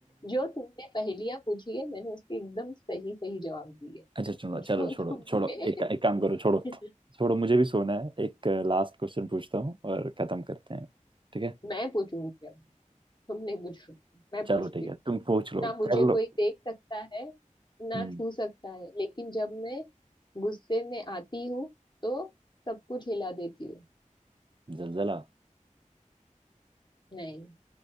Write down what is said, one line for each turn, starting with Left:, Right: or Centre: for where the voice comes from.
Left: जो तुमने पहेलियां पूछी है मैंने उसके एकदम सही सही जवाब दिए
Right: अच्छा चलो
Left: जो
Right: चलो छोड़ो
Left: तुमने
Right: छोड़ो एक एक काम करो छोड़ो
Left: <laughs>
Right: छोड़ो मुझे भी सोना है एक लास्ट क्वेश्चन पूछता हूँ और खत्म करते हैं ठीक है
Left: मैं पूछूंगी अब तुम नहीं पूछोगे मैं
Right: चलो
Left: पूछती
Right: ठीक
Left: हूँ
Right: है तुम पूछ लो
Left: ना मुझे
Right: कर लो
Left: कोई देख सकता है ना
Right: हम्म
Left: छू सकता है लेकिन जब मैं गुस्से में आती हूँ तो सब कुछ हिला देती हूँ
Right: जलजला
Left: नहीं